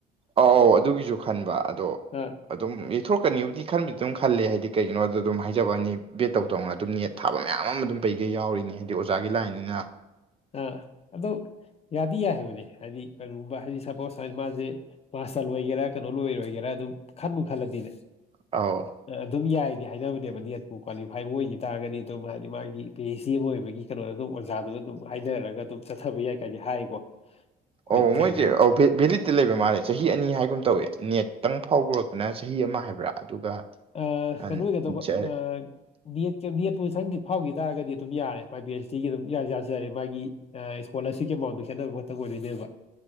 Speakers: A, on the right (about 35°); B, on the left (about 35°).
A: ꯑꯧ ꯑꯧ ꯑꯗꯨꯒꯤꯖꯨ ꯈꯟꯕ ꯑꯗꯣ
B: ꯑꯥ
A: ꯑꯗꯨꯝ ꯊꯣꯔꯛꯀꯅꯤꯕꯨꯗꯤ ꯈꯟꯕꯨꯗꯤ ꯑꯗꯨꯝ ꯈꯜꯂꯦ ꯍꯥꯏꯗꯤ ꯀꯩꯒꯤꯅꯣꯗ ꯑꯗꯨꯝ ꯍꯥꯏꯖꯕ ꯋꯥꯅꯤ ꯕꯦꯠ ꯇꯧ ꯇꯧꯅ ꯑꯗꯨꯝ ꯅꯦꯠ ꯊꯥꯕ ꯃꯌꯥꯝ ꯑꯃ ꯑꯗꯨꯝ ꯄꯩꯒꯩ ꯌꯥꯎꯔꯤꯅꯤ ꯍꯥꯢꯗꯤ ꯑꯣꯖꯥꯒꯤ ꯂꯥꯏꯟꯅꯤꯅ
B: ꯑ ꯑꯗꯨ ꯌꯥꯗꯤ ꯌꯥꯏ ꯍꯥꯏꯕꯅꯦ ꯍꯥꯏꯗꯤ ꯀꯩꯅꯒꯨꯝꯕ ꯍꯥꯏꯗꯤ ꯁꯄꯣꯁ ꯃꯥꯁꯦ ꯃꯥꯁꯇꯔ ꯂꯣꯏꯒꯦꯔꯥ ꯀꯩꯅꯣ ꯂꯣꯏꯔꯣꯏꯒꯦꯔꯥ ꯑꯗꯨꯝ ꯈꯟꯕꯨ ꯈꯂꯗꯤꯅꯦ
A: ꯑꯧ
B: ꯑꯗꯨꯝ ꯌꯥꯏ ꯗꯤ ꯍꯥꯏꯅꯕꯅꯦꯕ ꯅꯦꯠꯄꯨ ꯀ꯭ꯋꯥꯂꯤꯐꯥꯏꯕꯨ ꯑꯣꯏꯈꯤ ꯇꯥꯔꯒꯗꯤ ꯑꯗꯨꯝ ꯍꯥꯏꯗꯤ ꯃꯥꯒꯤ ꯄꯤ ꯑꯩꯆ ꯗꯤ ꯑꯃ ꯑꯣꯏꯕꯒꯤ ꯀꯩꯅꯣꯗꯣ ꯑꯗꯨꯝ ꯑꯣꯖꯥꯗꯨꯅ ꯑꯗꯨꯝ ꯑꯗꯨꯝ ꯍꯥꯏꯅꯔꯒ ꯑꯗꯨꯝ ꯆꯠꯊꯕ ꯌꯥꯏ ꯀꯥꯏꯗꯤ ꯍꯥꯏꯀꯣ ꯑꯩꯈꯣꯏ
A: ꯑꯣ
B: ꯊꯦꯡꯕꯒꯤ
A: ꯃꯣꯏꯖꯦ ꯑꯣ ꯚꯦ ꯚꯦꯂꯤꯠꯇꯤ ꯂꯩꯕ ꯃꯥꯜꯂꯦ ꯆꯍꯤ ꯑꯅꯤ ꯍꯥꯏ ꯕꯝ ꯇꯧꯋꯦ ꯅꯦꯠꯇꯪ ꯐꯥꯎꯕ ꯑꯣꯏꯔꯒꯅ ꯆꯍꯤ ꯑꯃ ꯍꯥꯏꯕ꯭ꯔꯥ ꯑꯗꯨꯒ
B: ꯑ
A: ꯑꯟ
B: ꯀꯩꯖꯣ ꯑꯣꯏꯒꯗꯕꯥ
A: ꯖꯦ
B: ꯑꯥ ꯅꯦꯠ <unintelligible> ꯐꯥꯎꯈꯤ ꯇꯥꯔꯒꯗꯤ ꯑꯗꯨꯝ ꯌꯥꯔꯦ ꯃꯥꯏ ꯄꯤ ꯑꯩꯆ ꯗꯤꯒꯤ ꯑꯗꯨꯝ ꯌꯖꯔꯦ ꯃꯥꯒꯤ ꯏꯁꯀꯣꯂꯔꯁꯤꯞꯀꯤ ꯑꯦꯃꯥꯎꯟꯗꯣ ꯈꯦꯠꯅꯕ ꯈꯛꯇꯪ ꯑꯣꯏꯗꯣꯏꯅꯦꯕ